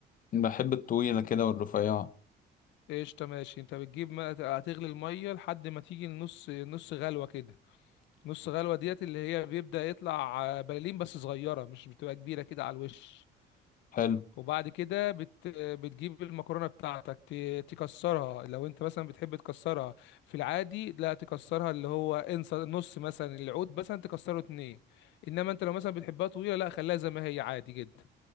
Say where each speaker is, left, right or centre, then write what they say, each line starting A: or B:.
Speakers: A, on the left; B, on the left.
A: بحب الطويله كده والرفيعه
B: قشطه ماشي انت بتجيب ما... هتغلي الميه لحد ما تيجي النص نص غلوه كده نص غلوه ديت اللي هي بيبدا يطلع آه، بلالين بس صغيره مش بتبقى كبيره كده على الوش
A: حلو
B: وبعد كده بت... بتجيب المكرونه بتاعتك ت... تكسرها لو انت مثلا بتحب تكسرها في العادي لا تكسرها اللي هو انسى نص مثلا العود مثلا تكسره اتنين انما انت لو مثلا بتحبها طويله لا خليها زي ما هي عادي جدا